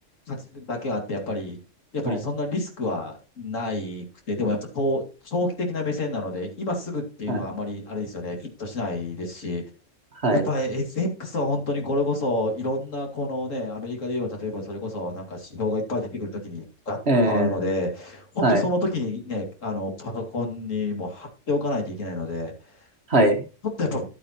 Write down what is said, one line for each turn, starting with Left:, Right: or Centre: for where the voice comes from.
Left: 価値だけあって、やっぱり、やっぱりそんなリスクはないくて、
Right: はい。
Left: でもやっぱこう長期的な目線なので、今すぐっていうのはあまりあれですよね、
Right: はい。
Left: フィットしないですし、
Right: はい。
Left: やっぱ FX は本当にこれこそ、いろんなこのね、アメリカで言えば、例えばそれこそなんか指標がいっぱい出てくるときにガッと変わるので、
Right: ええ
Left: 本当その時にね、
Right: はい。
Left: あの、パソコンにもう貼っておかないといけないので、
Right: はい。
Left: ちょっとやっぱ